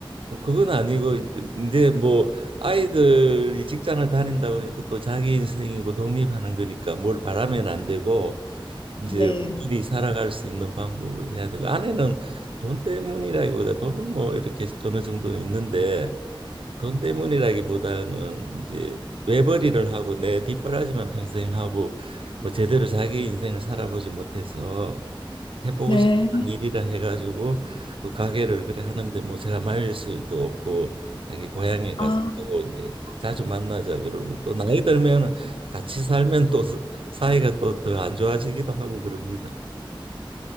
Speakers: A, on the right; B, on the left.
A: 그건 아니고 이제- 근데 뭐 아이들이 직장을 다닌다고 해도 또 자기 인생이고 독립하는 거니까 뭘 바라면 안 되고 이제
B: 네.
A: 우리끼리 살아갈 수 있는 방법을 해야 되고 아내는 돈 때문이라기보다 돈은 뭐 이렇게 어느 정도는 있는데 돈 때문이라기보다는 이제 외벌이를 하고 내 뒷바라지만 평생 하고 뭐 제대로 자기 인생을 살아보지 못해서 해보고
B: 네.
A: 싶은 일이라 해가지고 그 가게를 그래 하는데 뭐 제가 말릴 수도 없고 자기 고향에 가서
B: 아.
A: 하고 이제 자주 만나자 그러고 또 나이 들면 같이 살면 또 사- 사이가 또 더 안 좋아지기도 하고 그럽니다.